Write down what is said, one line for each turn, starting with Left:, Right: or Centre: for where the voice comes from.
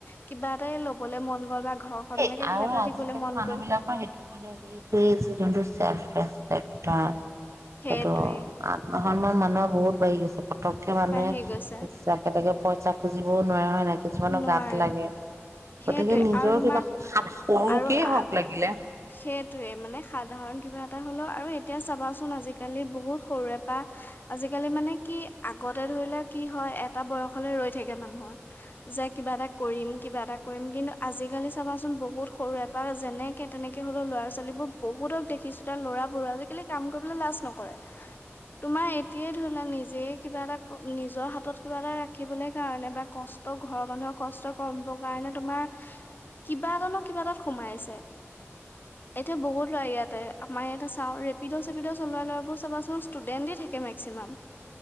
Left: কিবা এটাই ল'বলে মন গ'ল বা ঘৰখনলৈকে
Right: এই
Left: কিবা
Right: আৰু
Left: এটা
Right: আজিকালি
Left: দিবলৈ মন
Right: মানুহ
Left: গ'ল
Right: বিলাকৰ সেইটো কাৰণে এইটোই এক্সিদেনটো চেল ফেচ একটা সেইটো
Left: সেইটোৱে
Right: আ সন্মান মানুহ বহুত বাঢ়ি গৈছে পতকে মানুহে
Left: বাঢ়ি গৈছে
Right: যাকে তাকে পইচা খোজ দিবওঁ নোৱাৰে হয় না কিছুমানৰ
Left: নোৱাৰা
Right: গাত লাগে
Left: সেইটোৱে
Right: গতিকে নিজৰ
Left: আৰু তোমাৰ
Right: কিবা সৰুকেই
Left: আৰু
Right: হওক লাগিলে
Left: সেইটোয়ে মানে সাধাৰণ কিবা এটা হ'লেও আৰু এতিয়া চাবাচোন আজিকালি বহুত সৰুৰে পৰা আজিকালি মানে কি আগতে ধৰিলে কি হয়, এটা বয়সলে ৰৈ থাকে মানুহৰ। যে কিবা এটা কৰিম কিবা এটা কৰিম কিন্তু আজিকালি চাবাচোন বহুত সৰু এপৰা যেনে তেনেকে হলেও ল'ৰা ছোৱালীবোৰ বহুতক দেখিছো তাৰ লৰাবোৰ আজিকালি কাম কৰিবলৈ লাজ নক তোমাৰ এতিয়া নিজে কিবা এটা নিজৰ হাতত কিবা এটা ৰাখিবলৈ কাৰণে বা কষ্ট ঘৰৰ মানুহৰ কষ্ট কম হৱ কাৰণে তোমাৰ কিবা এটা কিবা এটাত সোমাইছে। এতিয়া বহুত ইয়াতে আমাৰ ইয়াতে চাওঁ ৰেপিড চেপিড চলোৱা ল'ৰাবোৰ চাবাচোন ষ্টুডেণ্টে থাকে মেক্সিমাম।